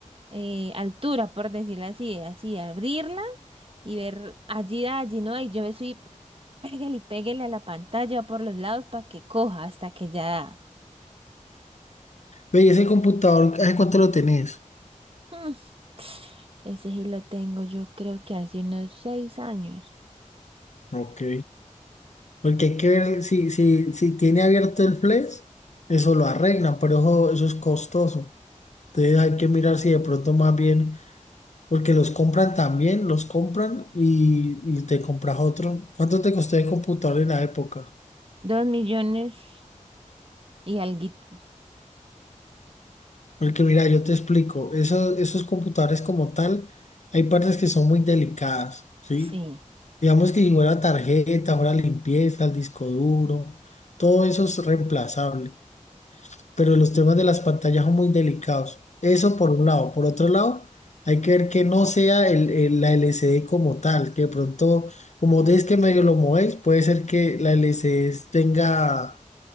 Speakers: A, on the right (about 45°); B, on the left (about 60°).
A: eh, altura, por decirlo así, así, abrirla y ver allí, allí, ¿no? Y yo me soy, pégale y pégale a la pantalla por los lados para que coja hasta que ya da.
B: Ve, ¿y ese computador, ¿hace cuánto lo tenés?
A: Mm, Ese sí lo tengo, yo creo que hace unos seis años.
B: Ok. Porque hay que ver si, si, si tiene abierto el flex, eso lo arreglan, pero eso, eso es costoso. Entonces hay que mirar si de pronto más bien. Porque los compran también, los compran y, y te compras otro. ¿Cuánto te costó el computador en la época?
A: Dos millones y alguito.
B: Porque mira, yo te explico, esos, esos computadores como tal, hay partes que son muy delicadas, ¿sí?
A: Sí,
B: Digamos que si fuera tarjeta, fuera limpieza, el disco duro, todo eso es reemplazable. pero los temas de las pantallas son muy delicados. Eso por un lado. Por otro lado, hay que ver que no sea el, el- la LCD como tal, que de pronto, como des que medio lo movéis, puede ser que la LCD es- tenga,